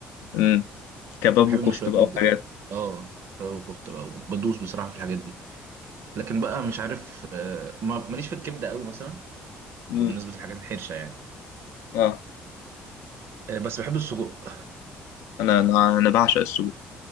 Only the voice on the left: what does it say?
امم كباب
وكفتة
بقى
وحاجات
امم
اه
انا انا انا بعشق السجق